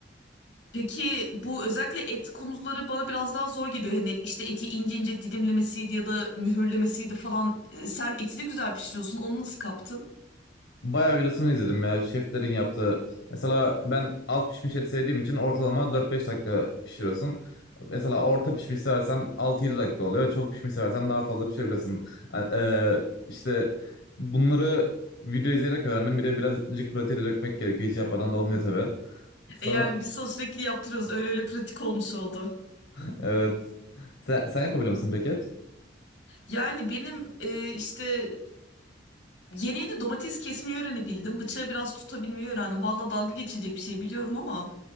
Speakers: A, on the left; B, on the left.
A: Peki bu özellikle et konuları bana biraz daha zor geliyor. Hani işte eti ince ince dilimlemesiydi ya da mühürlemesiydi falan. E, Sen eti de güzel pişiriyorsun. Onu nasıl kaptın?
B: Bayağı videosunu izledim ya şeflerin yaptığı. Mesela ben az pişmiş et sevdiğim için ortalama dört beş dakika pişiriyorsun. Mesela orta pişmiş seversen altı yedi dakika oluyor. Çok pişmiş seversen daha fazla pişirebilirsin. Yani, e, işte bunları video izleyerek öğrendim. Bir de birazcık pratiğe dökmek gerekiyor. Hiç yapmadan da olmuyor tabii. Sonra
A: E, yani biz sana sürekli yaptırıyoruz. Öyle öyle pratik olmuş oldu.
B: <laughs> evet. Sen, sen yapabiliyor musun peki et?
A: Yani benim e, işte Yeni yeni domates kesmeyi öğrenebildim. Bıçağı biraz tutabilmeyi öğrendim. Valla dalga geçilecek bir şey biliyorum ama